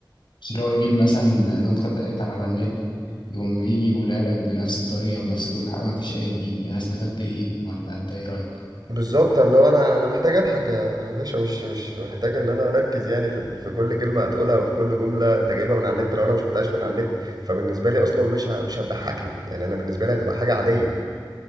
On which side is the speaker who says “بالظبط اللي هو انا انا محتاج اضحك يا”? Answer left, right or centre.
Right